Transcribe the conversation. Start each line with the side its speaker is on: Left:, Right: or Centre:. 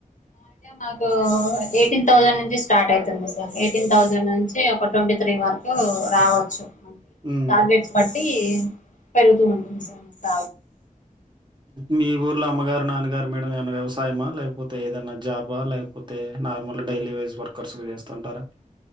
Left: అయిే మాకు ఎయిటీన్ థౌజండ్ నుంచి స్టార్ట్ అవుతుంది సార్ ఎయిటీన్ థౌజండ్ నుంచి ఒక ట్వంటీ త్రీ వరకు రావచ్చు త
Right: ఉమ్,
Left: టార్గెట్స్ పట్టి ప తస్త
Right: మీ ఊర్లో అమ్మగారు నాన్నగారు మేడం ఏమనా వ్యవసాయమా లేకపోతే ఏదైనా జాబా లేకపోతే నార్మల్గా డైలీ వైజ్ వర్కర్స్ చేస్తుంటారా